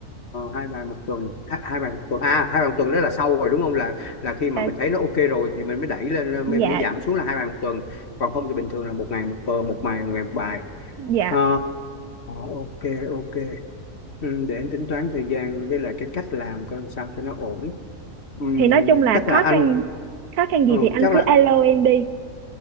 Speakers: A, on the left; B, on the right.
A: hai bài một tuần hai, hai bài một tuần à hai bài một tuần đó là sau rồi đúng không là là khi mà
B: Ờ,
A: mình thấy nó ok rồi thì mình mới đẩy lên
B: dạ
A: mình mới giảm xuống là hai bài một tuần còn không thì bình thường là một ngày một tuần một ngày một ngày một bài
B: dạ
A: Ờ, ok ok ừ, để anh tính toán thời gian với lại cái cách làm coi sao cho nó ổn Ừm,
B: thì nói chung là
A: chắc
B: khó
A: là anh
B: khăn khó khăn gì
A: ừ,
B: thì anh
A: chắc
B: cứ
A: là
B: alo em đi